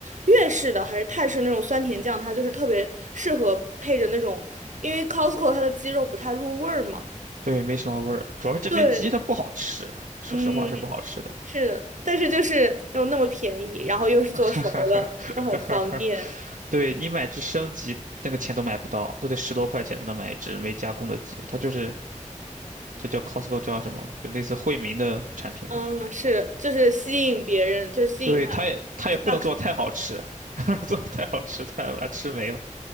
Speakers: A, on the right; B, on the right.
A: 粤式的还是泰式那种酸甜酱，它就是特别适合配着那种，因为 Costco 它的鸡肉不太入味儿嘛。
B: 对，没什么味儿，主要是这边鸡它不好吃，
A: 对，
B: 说实话是不好吃的。
A: 嗯，是的，但是就是又那么便宜，然后又是做熟的，
B: <laughs>
A: 就很方便，
B: 对，你买只生鸡，那个钱都买不到，都得十多块钱才能买一只没加工的鸡。它就是这叫 Costco 叫什么？就类似惠民的产品吧。
A: 嗯，是，就是吸引别人，就吸引他
B: 对，它也它也不能做得太好吃，
A: 去办卡，
B: <laughs> 做得太好吃，它把它吃没了，